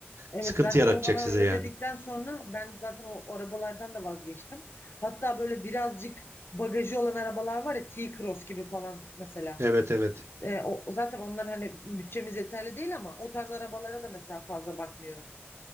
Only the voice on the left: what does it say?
Evet
zaten
o bana
öyle
dedikten sonra ben zaten o arabalardan da vazgeçtim. Hatta böyle birazcık bagajı olan arabalar var ya T-Cross gibi falan mesela.
Ee, o, zaten onlar hani bütçemiz yeterli değil ama o tarz arabalara da mesela fazla bakmıyorum.